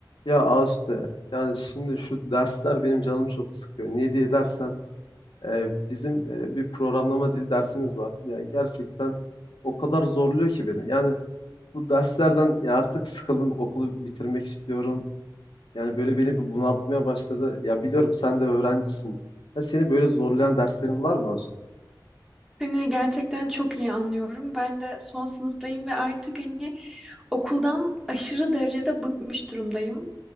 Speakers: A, on the left; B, in the centre.
A: Ya Ağustos'ta yani şimdi şu dersler benim canım çok sıkıyor. Niye diye dersen e, bizim e, bir programlama dili dersimiz var. Yani gerçekten o kadar zorluyor ki beni. Yani bu derslerden ya artık sıkıldım okulu bitirmek istiyorum. Yani böyle beni bir bunaltmaya başladı. Ya biliyorum sen de öğrencisin. Ya seni böyle zorlayan derslerin var mı Ağustos?
B: Seni gerçekten çok iyi anlıyorum. Ben de son sınıftayım ve artık hani okuldan aşırı derecede bıkmış durumdayım.